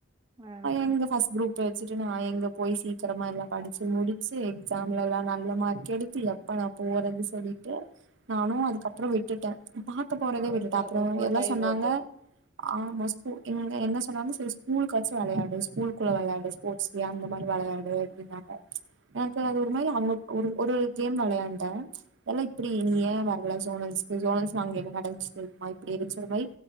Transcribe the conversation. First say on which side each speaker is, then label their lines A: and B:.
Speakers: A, on the right; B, on the right.
A: ஆ
B: எங்க ஃபர்ஸ்ட் குரூப் ப வெச்சுட்டு நா எங்க போய் சீக்கிரமா எல்லா படிச்சு முடிச்சு எக்ஸாம்லல்லா நல்ல மார்க் எடுத்து எப்பா நான் போறது சொல்லிட்டு நானு அதுக்கப்பறோ விட்டுட்டே பாக்க போறதே
A: அவ்ளதா
B: விட்டுட்டே அப்புற
A: ரோபோட்
B: எல்லா
A: ஆயிருவா
B: சொன்னாங்க
A: அப்பறோ
B: ஆமா ஸ்கூ இங்க என்ன சொன்னாங்க சேரி ஸ்கூலுக்காச்சு விளையாடு ஸ்கூல் குள்ள விளையாடு ஸ்போர்ட்ஸ்டே அந்த மாரி வந்து விளையாடு அப்டின்னாங்க எனக்கு அது ஒரு மாரி அவங்க ஒரு ஒரு கேம் விளையாண்ட எல் நா இப்டி நீ ஏ வரல ஜோனல்ஸ்க்கு ஜோனல்ஸ் அங்க என்ன நடந்துச்சி தெரியுமா இப்பிடி இருந்துச்சி ஒரு மாரி